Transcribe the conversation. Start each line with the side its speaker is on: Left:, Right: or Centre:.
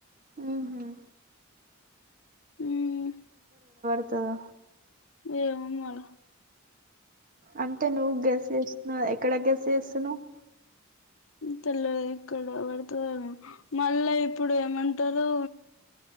Right: ఉహు.
Left: మ్మ్
Right: పత్తద
Left: ఏ ఉమళ
Right: అంటే నువ్వు గస్ చేస్తున్నా ఎక్కడ గస్ చేస్తు నువ్వు
Left: తెల్లిదు ఇక్కడ పడుతుంది మళ్ళా ఇప్పుడు ఏమంటారు